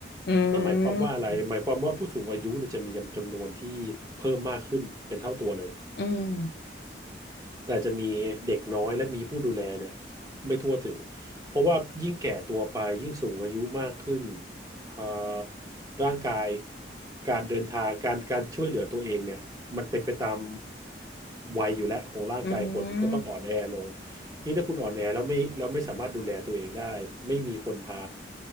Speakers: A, on the left; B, on the right.
A: อื
B: นั่นหมายความว่าอะไรหมายความว่าผู้สูงอายุเนี่ยจะมีจำนวนที่เพิ่มมากขึ้นเป็นเท่าตัวเลย
A: มอืม
B: แต่อาจจะมีเด็กน้อยและมีผู้ดูแลเนี่ยไม่ทั่วถึงเพราะว่ายิ่งแก่ตัวไปยิ่งสูงอายุมากขึ้นอ่าร่างกายการเดินทางการการช่วยเหลือตัวเองเนี่ยมันเป็นไปตามวัยอยู่แล้วของร่างกายคนก็ต้องอ่อนแอลง
A: อืม
B: นี่ถ้าคุณอ่อนแอแล้วไม่แล้วไม่สามารถดูแลตัวเองได้ไม่มีคนพา